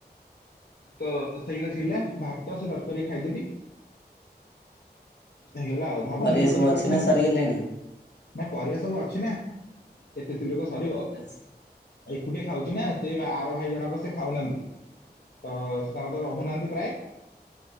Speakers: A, on the left (about 70°); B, on the left (about 90°).
A: ତ ସେଇଟା ଥିଲା ଭାତ ସେ ତରକାରୀକି ଖାଇଦେଲି। ହେଇଗଲା ଆଉ ଭାବୁଥିଲି
B: ପରିବା
A: ରୁଟି
B: ସବୁ ଅଛି
A: କରିଥାନ୍ତି।
B: ନା ସରିଗଲାଣି?
A: ନା ପରିବା ସବୁ ଅଛିନା ଏତେ ଶୀଘ୍ର କଣ ସରିବ।
B: ଅଛି।
A: ଏକୁଟିଆ ଖାଉଚି ନା ସେ ବା ଆର ଭାଇ ଜଣକ ସେ ଖାଉନାନ୍ତି। ତ-ଅ ସେ ତାଙ୍କ ତ ରହୁନାନ୍ତି ପ୍ରାୟେ।